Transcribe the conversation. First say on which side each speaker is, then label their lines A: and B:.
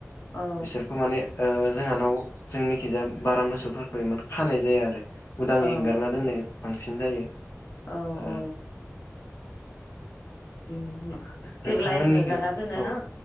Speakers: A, on the left (about 65°); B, on the left (about 45°).
A: औ
B: बिसोरखौ माने ओ जोंहानाव जोंनिखिजाय बारा मोसौफोरखौ इमान खानाय जाया आरो उदांयै
A: औ
B: हिेंगारना दोननाय बांसिन जायो।
A: औ
B: ओ
A: औ उम मा।
B: नोंथांमोननिखै
A: जेब्लााय हगारना दोनो
B: औ
A: ना